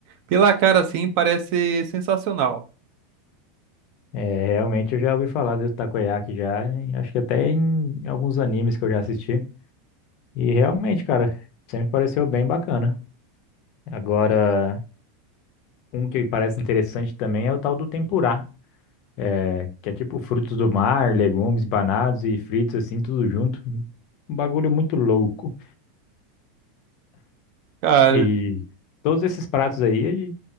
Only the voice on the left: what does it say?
É, realmente eu já ouvi falar do takoyaki já, em- acho que até em alguns animes que eu já assisti. E realmente, cara, sempre pareceu bem bacana. Agora, um que parece interessante também é o tal do tempurá, é, que é tipo frutos do mar, legumes, banados e fritos assim, tudo junto. Um bagulho muito louco.
E todos esses pratos aí,